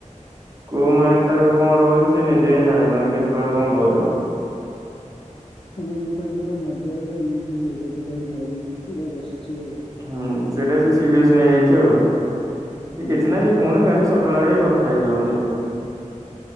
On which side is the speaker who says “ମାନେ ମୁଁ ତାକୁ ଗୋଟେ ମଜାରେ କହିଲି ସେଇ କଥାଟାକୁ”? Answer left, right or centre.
Left